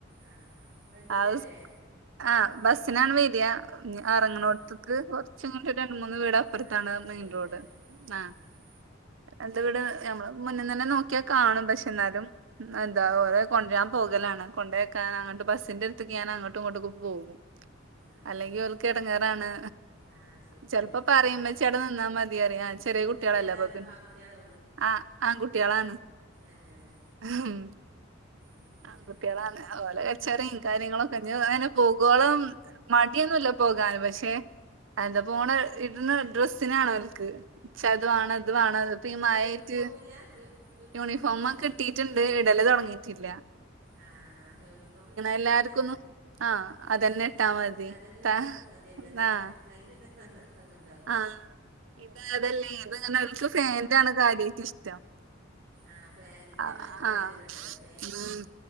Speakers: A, on the right; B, on the right.
A: ആഹ് വണ്ടിയിലല്ലേ
B: ആഹ് ആഹ് ബസിനാണ്
A: മിറ്റ
B: വര്ആ
A: ആഹ്
B: എറങ്ങണോട്ത്ത് ക്ക് കൊറച്ങ്ങട്ട് രണ്ട് മൂന്ന് വീട് അപ്പുറത്താണ്
A: ആ നടക്കേണ്ടി
B: മെയിൻ
A: വരൂല്ലേ
B: റോഡ് ആഹ്
A: ഉം
B: എൻ്റെ വീട് ഞമ്മള് മുന്നിന്നെന്നെ നോക്കിയാ കാണും പക്ഷെ എന്നാലും ന്നെന്താ ഓര് കൊണ്ട്രാം പോകലാണ് കൊണ്ടേയ്ക്കാൻ അങ്ങട്ട് ബസ്സിന്റെ അടുത്ക്ക് അങ്ങോട്ടും ഇങ്ങോട്ടും ഒക്ക പോകും
A: ആഹ്
B: അല്ലെങ്കിൽ ഓൽക്ക് ഇടങ്ങേറാണ്
A: ആഹ് ശരി
B: ചെലപ്പോ
A: ചെറിയ കുട്ടികളല്ലേ
B: പറയും ഉമ്മച്ചി അവിട നിന്നാ മതി അറിയ ചെറിയ
A: എന്ത്
B: കുട്ടികളല്ലേ
A: കുട്ടികളാ
B: അപ്പൊ പിന്ന
A: ആൺകുട്ടികളോ
B: ആഹ് ആൺകുട്ട്യേളാണ്
A: എഹ് ഏഹ്
B: ഉം
A: ആരായാലും
B: ആൺ കുട്ട്യേളാണ് ഓലെ കാ ചെറിൻ കാര്യങ്ങളൊക്കെ അങ്ങനെ പോകോളം മടിയൊന്നുല്ല പോകാന് പക്ഷെ അഹ് എന്താ പോണ ഇട്ണ ഡ്രസ്സിനാണ് അവർക്ക് ഇച്ച അത് വാണം ഇതു വാണം പ്പി
A: അപ്പൊ
B: മഴയായിട്ട്
A: യൂണിഫോമില്ല യു യൂണിഫോം
B: യൂണിഫോമൊക്കെ
A: ഇല്ലേ
B: കിട്ടിയിട്ടുണ്ട് ഇടല് തുടങ്ങിയിട്ടില്ല
A: ആഹ് യൂണിഫോം ഉണ്ടായ
B: എല്ലാർക്കൊന്നും
A: പിന്നെ
B: ആഹ്
A: ഡ്രെസ്സിന്
B: അതന്നെ ഇട്ടാ മതി
A: അതന്ന
B: ത
A: ഇട്ട് മതിയല്ല എന്നാ പിന്നെ
B: ആഹ്
A: അയിന്ള്ള <unintelligible>
B: ആഹ് ഇത് അതല്ലേ ഇത്ങ്ങനെ ഓൽക്ക് ഫാൻ്റാണ് കാര്യായിട്ട് ഇഷ്ടം
A: ആഹ് ഫാൻ്റി ൻ്റെ
B: ആഹ്
A: മകന്
B: ആഹ്
A: അയില് പെട്ടത ഫാൻറ്
B: ഉം